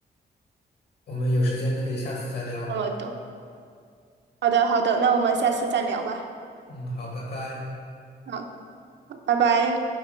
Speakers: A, on the left; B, on the right.
A: 我们有时间可以下次再聊。
B: 那么多。好的好的，那我们下次再聊吧。
A: 嗯，好，拜拜。
B: 好，拜拜。